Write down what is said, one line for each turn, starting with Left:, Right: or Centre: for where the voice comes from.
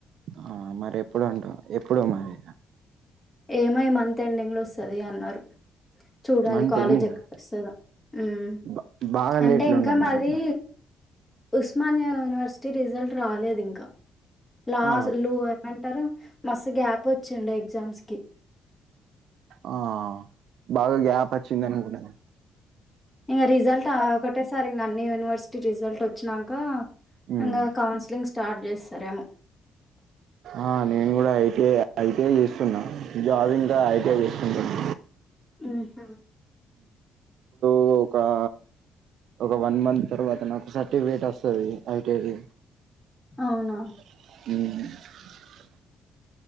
Right: ఆ మరి ఎప్పుడు అంటా ఎప్పుడో మరి
Left: ఏమో ఈ మంత్ ఎండింగ్ లో వస్తది అన్నారు చూడాలి
Right: మంత్
Left: కాలేజ్
Right: ఎండింగా?
Left: ఎక్కడ వస్తదో హుమ్మ్
Right: బ బాగా
Left: అంటే
Right: లేట్‌లో
Left: ఇంకా
Right: ఉన్నది
Left: మాది
Right: మరట్లా.
Left: ఉస్మానీయా యూనివర్సిటీ రిజల్ట్ రాలేదు ఇంకా లాస్ట్
Right: ఆ!
Left: లు ఏమన్ టారు మస్తు గ్యాప్ వచ్చుండే ఎగ్జామ్స్ కి
Right: ఆ బాగా గ్యాప్ వచ్చింది అనుకునేడ్
Left: ఇంగా రిజల్ట్ ఆ ఒకటే సార్ ఇంగా అన్ని యూనివర్సిటీ రిజల్ట్ వచ్చినాక
Right: హ్మ్.
Left: ఇంగా కౌన్సిలింగ్ స్టార్ట్ జేస్తారేమో
Right: ఆ నేను కూడా ఐటిఐ ఐటీఐ ఏస్తున్నా జాబింగ్కా ఐటీఐ జేసుకుంటున్నా.
Left: ఉహుహ్
Right: పోకా ఒక వన్ మంత్ తర్వాత నాకు సర్టిఫికేట్ వస్తది ఐటిఐడి
Left: అవునో
Right: ఉహ్